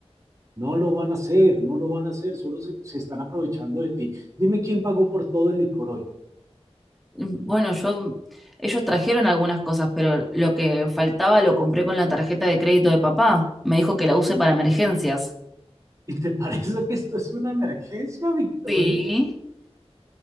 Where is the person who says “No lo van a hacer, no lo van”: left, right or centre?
Right